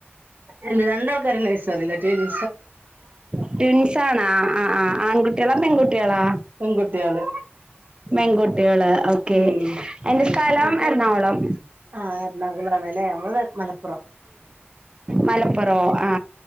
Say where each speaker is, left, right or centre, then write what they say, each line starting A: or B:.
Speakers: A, on the right; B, on the right.
A: ഇല്ല രണ്ടാൾക്കാരും നേഴ്സറിലാ ട്‌വി
B: റ്റ്വിൻസാണോ ആ ആ ആൺകുട്ടികളാ പെൺകുട്ടികളാ
A: പെൺകുട്ടികള്
B: പെൺകുട്ടികള് ഓക്കെ
A: ഉം
B: എന്റെ സ്ഥലം
A: എന്നിട്ട്
B: എറണാകൊളം
A: ആ എറണാകുളാണല്ലേ നമ്മള് മലപ്പുറം
B: മലപ്പുറവോ ആ